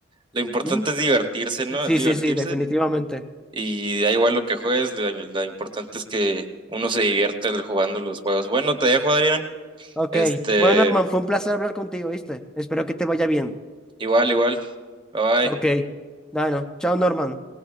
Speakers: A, on the right (about 25°); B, in the centre.
A: lo importante
B: ujú,
A: es divertirse, ¿no?
B: sí,
A: Es divertirse.
B: sí, sí, definitivamente.
A: Y da igual lo que juegues, lo, lo importante es que uno se divierte al- jugando los juegos. Bueno, te dejo, Adrián.
B: Ok,
A: Este,
B: bueno, Norman, fue un placer hablar contigo, ¿viste? Espero que te vaya bien.
A: igual, igual. Bye
B: Ok,
A: bye.
B: bueno, chao, Norman.